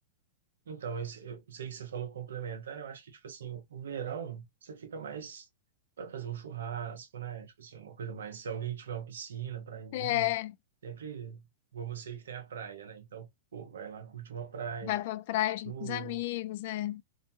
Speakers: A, on the right; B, on the left.
A: Então, esse, eu sei que você falou complementar, eu acho que, tipo assim, o verão, você fica mais para fazer um churrasco, né? Tipo assim, uma coisa mais. Se alguém tiver uma piscina para ir,
B: É.
A: sempre igual você que tem a praia, né? Então, pô, vai lá curtir uma praia.
B: Vai pra praia junto
A: No,
B: com os amigos, é.